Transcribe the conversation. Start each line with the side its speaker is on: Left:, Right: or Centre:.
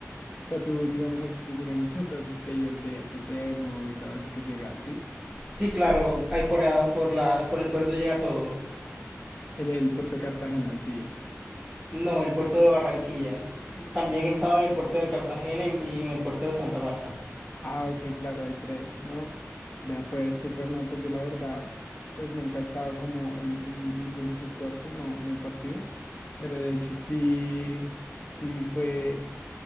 Left: O sea, tú, digamos, a ti te llegan <laughs> como todos esos pedidos de, de Temu y todo eso que llega, ¿sí?
Centre: Sí, claro, ahí por, a- por la, por el puerto llega todo.
Left: El, el puerto de Cartagena, sí.
Centre: No, el puerto de Barranquilla. También he estado en el puerto de Cartagena y en el puerto de Santa Marta.
Left: Ah, ok, claro, hay tres, ¿no? Vea, pues súper, no, pues yo la verdad, pues nunca he estado como en, en ninguno de esos puertos, no, no he partido, pero de hecho sí, sí vi fue